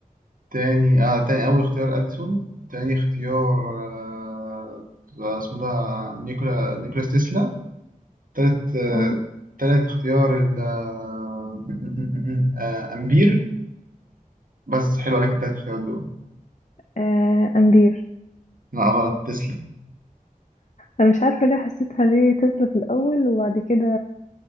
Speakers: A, on the right (about 70°); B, on the left (about 55°).
A: تاني آه تاني أول اختيار أديسون تاني اختيار آه آه، اسمه ده نيكولا نيكولاس تسلا تالت آه
B: مم.
A: تالت اختيار ال آه <laughs> آه، أمبير بس حلو عليك التلات اختيارات دول
B: آه أمبير
A: لا غلط تسلا
B: أنا مش عارفة ليه حسيتها ليه تسلا في الأول وبعد كده